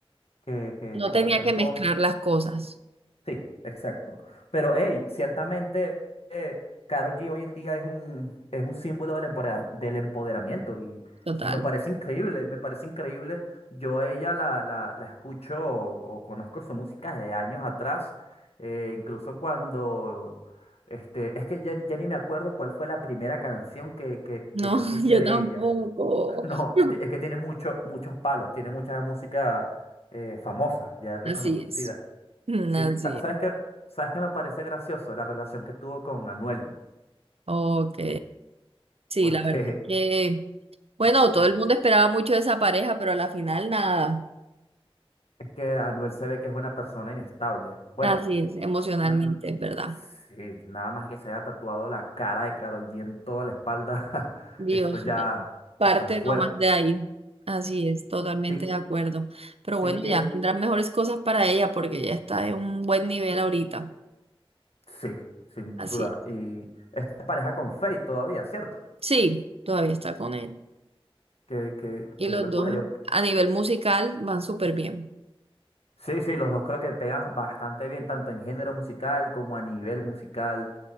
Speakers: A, on the left (about 85°); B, on the right (about 75°).
A: que, que,
B: no
A: que
B: tenía
A: bueno, que
B: que
A: no estuvo.
B: mezclar las cosas.
A: Sí, exacto. Pero hey, ciertamente eh, Karol G hoy en día es un, es un símbolo del empodera- del empoderamiento y,
B: Total.
A: y me parece increíble, me parece increíble. Yo a ella la, la, la escucho o, o conozco su música de años atrás, eh, incluso cuando, este, es que ya, ni ya ni me acuerdo cuál fue la primera canción que, que,
B: No,
A: que yo
B: <laughs>
A: escuché
B: yo
A: de
B: tampoco.
A: ella. No,
B: <laughs>
A: y ti- es que tiene mucho, muchos palos, tiene mucha música eh, famosa, ya reconocida.
B: Así es. Mm,
A: Sí,
B: Así
A: sa- ¿sabes
B: es.
A: qué? ¿Sabes qué me parece gracioso la relación que tuvo con Anuel?
B: Ok. Sí,
A: Porque
B: la verdad que Bueno,
A: <laughs>
B: todo el mundo esperaba mucho de esa pareja, pero a la final nada.
A: es que Anuel se ve que es una persona inestable. Bueno,
B: Así es, emocionalmente,
A: na- n-
B: es verdad.
A: sí, nada más que se haya tatuado la cara de Karol G en toda la espalda, <laughs>
B: Dios
A: eso ya
B: mío. Parte
A: está fuerte.
B: nomás de ahí. Así es, totalmente
A: Sí,
B: de acuerdo. Pero
A: sí,
B: bueno,
A: y
B: ya
A: es,
B: vendrán mejores cosas para ella porque ya está en un buen nivel ahorita.
A: sí, sin
B: Así.
A: duda.
B: es.
A: Y esta pareja con Faith todavía, ¿cierto?
B: Sí, todavía está con él.
A: Qué, qué,
B: Y
A: qué
B: los
A: locura.
B: dos
A: Yo
B: en- a nivel musical van súper bien.
A: Sí, sí, los dos creo que pegan bastante bien, tanto en género musical como a nivel musical.